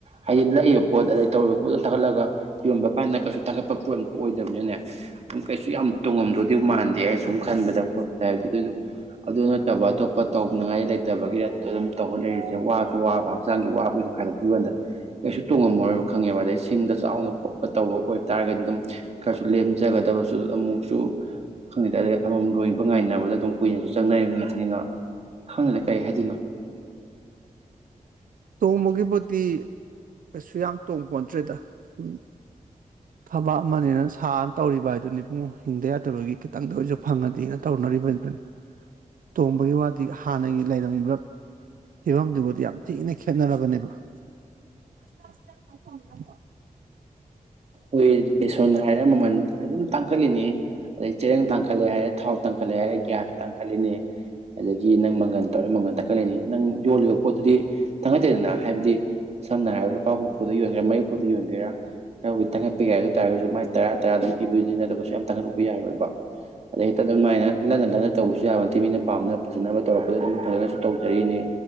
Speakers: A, on the right; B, on the right.
A: ꯍꯥꯏꯗꯤ ꯂꯩꯔꯤꯕ ꯄꯣꯠ ꯑꯗꯩ ꯇꯧꯔꯤꯕ ꯄꯣꯠꯇꯣ ꯇꯥꯈꯠꯂꯒ ꯌꯣꯟꯕ ꯀꯥꯟꯗ ꯀꯩꯁꯨ ꯇꯥꯈꯠꯄ ꯄꯣꯠ ꯑꯣꯏꯗꯕꯅꯤꯅꯅꯦ ꯗꯨꯝ ꯀꯩꯁꯨ ꯌꯥꯝ ꯇꯣꯡꯉꯝꯗꯣꯏꯗꯤ ꯃꯥꯟꯗꯦ ꯑꯦꯁꯨꯝ ꯈꯟꯕꯗ ꯈꯣꯠꯄ ꯍꯥꯏꯕꯗꯤ ꯑꯗꯨ ꯑꯗꯨ ꯅꯠꯇꯕ ꯑꯇꯣꯞꯄ ꯇꯧꯅꯉꯥꯏ ꯂꯩꯇꯕꯒꯤꯔꯥ ꯑꯗꯨꯗ ꯑꯗꯨꯝ ꯇꯧ ꯂꯩꯔ ꯁꯦ ꯋꯥꯁꯨ ꯋꯥꯕ ꯍꯛꯆꯥꯡꯒꯤ ꯋꯥꯕꯨꯁꯨ ꯈꯥꯏꯗꯣꯛ <unintelligible> ꯕ ꯀꯥꯟꯗ ꯀꯩꯁꯨ ꯇꯣꯡꯉꯝꯃꯣꯏꯕꯥ ꯈꯪꯉꯦꯕ ꯑꯗꯩ ꯁꯤꯡꯗ ꯆꯥꯎꯅ ꯈꯣꯠꯄ ꯇꯧꯕ ꯑꯣꯏꯕ ꯇꯥꯔꯒꯗꯤ ꯑꯗꯨꯝ ꯈꯔꯁꯨ ꯂꯦꯝꯖꯒꯗ <unintelligible> ꯁꯨ ꯑꯃꯨꯛꯁꯨ ꯈꯪꯗꯦ <unintelligible> ꯑꯃ ꯃꯝ ꯔꯣꯏꯕ ꯉꯥꯏꯅꯕꯗ ꯑꯗꯨꯝ ꯀꯨꯏꯅꯁꯨ ꯆꯪꯅꯩ <unintelligible> ꯉꯥꯛꯇꯅꯤꯅ ꯈꯪꯗꯦꯗ ꯀꯔꯤ ꯍꯥꯏꯗꯣꯏꯅꯣ <unintelligible>
B: ꯇꯣꯡꯕꯒꯤꯕꯨꯗꯤ ꯀꯩꯁꯨ ꯌꯥꯝ ꯇꯣꯡꯄꯣꯟ ꯇꯔꯦꯗꯥ ꯎꯝ ꯊꯕꯛ ꯑꯃꯅꯦꯅ ꯁꯥꯟ ꯇꯧꯔꯤꯕ ꯍꯥꯏꯕꯗꯨꯅꯤ ꯕꯨꯡꯉꯣ ꯍꯤꯡꯗ ꯌꯥꯗꯕꯒꯤ ꯈꯤꯇꯪꯗ ꯑꯣꯏꯖꯨ ꯐꯪꯉꯗꯤꯅ ꯇꯧꯅꯔꯤ <unintelligible> ꯇꯣꯡꯕꯒꯤ ꯋꯥꯗꯤ ꯍꯥꯟꯅꯒꯤ ꯂꯩꯔꯝꯃꯤꯕ ꯐꯤꯕꯝꯗꯨꯕꯨꯗꯤ ꯌꯥꯝ ꯊꯤꯅ ꯈꯦꯠꯅꯔꯕꯅꯦꯕꯥ <unintelligible>
A: ꯑꯣꯏꯌꯦꯗꯤ ꯕꯦꯁꯣꯟ ꯍꯥꯏꯔꯦ ꯃꯃꯟ ꯑꯗꯨꯝ ꯇꯥꯡꯈꯠꯂꯤꯅꯤ ꯑꯗꯩ ꯆꯦꯔꯪ ꯇꯥꯡꯈꯠꯂꯦ ꯍꯥꯏꯔꯦ ꯊꯥꯎ ꯇꯥꯡꯈꯠꯂꯦ ꯍꯥꯏꯔꯦ ꯒ꯭ꯌꯥꯁ ꯇꯥꯡꯈꯠꯂꯤꯅꯤ ꯑꯗꯒꯤ ꯅꯪ ꯃꯪꯒꯟ ꯇꯧꯔꯦ ꯃꯪꯒꯟ ꯇꯥꯡꯈꯠꯂꯤꯅꯤ ꯅꯪ ꯌꯣꯜꯂꯤꯕ ꯄꯣꯠꯇꯨ ꯗꯤ ꯇꯥꯡꯈꯠ ꯇꯦꯗꯅ ꯍꯥꯏꯕꯗꯤ ꯁꯝꯅ ꯍꯥꯏꯔꯕꯗ ꯂꯨꯄꯥ ꯍꯨꯝꯐꯨꯗ ꯌꯣꯟꯒꯦꯔꯥ ꯃꯔꯐꯨꯗ ꯌꯣꯟꯒꯦꯔꯥ ꯈꯔꯕꯨꯗꯤ ꯊꯥꯡꯒꯠꯄ ꯌꯥꯏ ꯑꯗꯨ ꯇꯥꯔꯒꯁꯨ ꯃꯥꯏ ꯇꯔꯥ ꯇꯔꯥ ꯑꯗꯨꯝ ꯄꯤꯕꯅꯤꯅ ꯑꯗꯨꯒꯁꯨ ꯌꯥꯝ ꯊꯥꯡꯒꯠꯂꯨꯕ ꯌꯥꯔꯣꯏꯕꯥ ꯑꯗꯩ <unintelligible> ꯗꯨꯃꯥꯏꯅ ꯂꯟꯅ ꯂꯟꯅ ꯇꯧꯕꯁꯨ ꯌꯥꯕ ꯅꯠꯇꯦ ꯃꯤꯅ ꯄꯥꯝꯅ ꯐꯖꯅꯕ ꯇꯧꯔꯛꯄꯗ ꯑꯗꯨꯝ ꯐꯖꯅꯁꯨ ꯇꯧꯖꯔꯤꯅꯤ